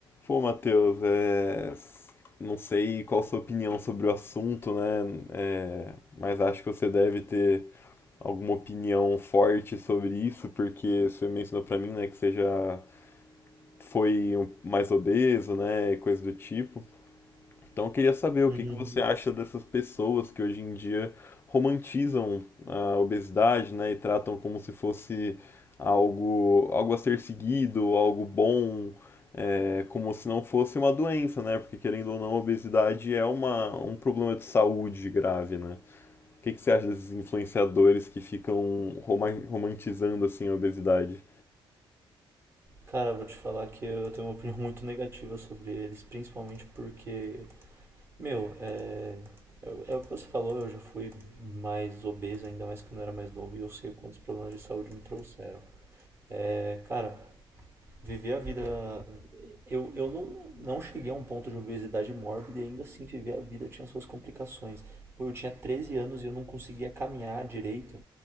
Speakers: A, on the left; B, on the right.
A: Pô, Matheus, é, não sei qual a sua opinião sobre o assunto, né? É, mas acho que você deve ter alguma opinião forte sobre isso, porque você mencionou pra mim, né, que você já foi um- mais obeso, né, e coisa do tipo. Então eu queria saber o
B: Uhum.
A: que que você acha dessas pessoas que hoje em dia romantizam a obesidade, né, e tratam como se fosse algo, algo a ser seguido, algo bom, é, como se não fosse uma doença, né? Porque querendo ou não, a obesidade é uma, um problema de saúde grave, né? O que que você acha desses influenciadores que ficam roma- romantizando assim a obesidade?
B: Cara, eu vou te falar que eu tenho uma opinião <laughs> muito negativa sobre eles, principalmente porque, meu, é, é, é o que você falou, eu já fui mais obeso, ainda mais quando eu era mais novo, e eu sei quantos problemas de saúde me trouxeram. É, cara, viver a vida. Eu, eu não, não cheguei a um ponto de obesidade mórbida e ainda assim viver a vida tinha suas complicações. Pô, eu tinha 13 anos e eu não conseguia caminhar direito.